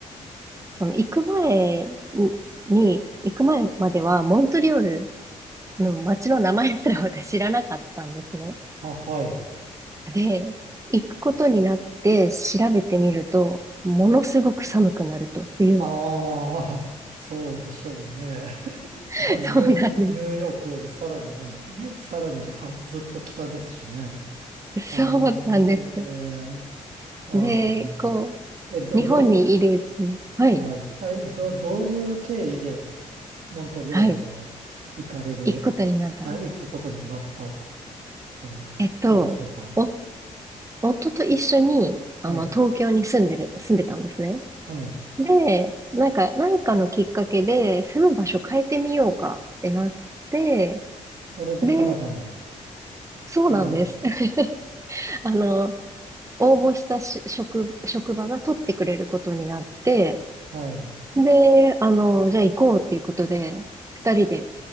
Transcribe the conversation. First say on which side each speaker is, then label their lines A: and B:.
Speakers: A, on the right (about 20°); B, on the right (about 70°).
A: その行く前に、行く前まではモントリオールの街の名前すら私知らなかったんですね。
B: あ、はい。
A: で、行くことになって調べてみると、ものすごく寒くなると、冬は。
B: ああ、<laughs> そうでしょうね。<laughs>
A: <laughs>
B: あの、
A: そうなんで
B: ニュ、ニューヨークよりさらに、<laughs> さらにはずっと北ですしね。
A: す。
B: あの、
A: そうなんです。
B: ええあの、
A: で、こう、
B: え、ど、
A: 日本にいるうちに、
B: ど、
A: はい、
B: はい。あえ、ど、どういう経緯で、モントリオールには行かれる、
A: はい、行くことになった。
B: あ、行くことになったっていうんでしょうか。
A: えっと、お、夫と一緒に、
B: はい。
A: あの、東京に住んでる、住んでたんですね。
B: はい。
A: で、なんか、何かのきっかけで、住む場所変えてみようかってなって、
B: これでカナダに。
A: で、そうなんです。
B: はい。
A: <laughs> あの、応募したし職、職場が取ってくれることになって、
B: はい。
A: で、あの、じゃあ行こうっていうことで、二人で、